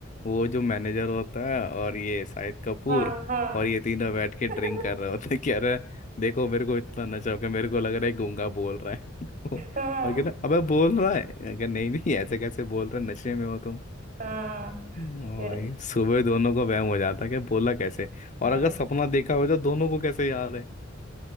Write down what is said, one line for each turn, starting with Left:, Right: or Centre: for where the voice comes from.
Left: वो जो मैनेजर होता है और ये शाहिद कपूर
Right: हाँ हाँ
Left: और ये तीनों बैठ के
Right: <laughs>
Left: ड्रिंक कर रहे होते हैं कि अरे देखो मेरे को इतना नशा हो गया मेरे को लग रहा है गूंगा बोल रहा है <laughs>
Right: हाँ
Left: और कह रहा अबे बोल रहा है अगर नहीं नहीं ऐसे कैसे बोल रहे नशे में हो तुम
Right: हाँ
Left: ओ
Right: फिर
Left: भाई सुबह दोनों को वहम हो जाता है कि बोला कैसे
Right: हाँ
Left: और अगर सपना देखा हो तो दोनों को कैसे याद है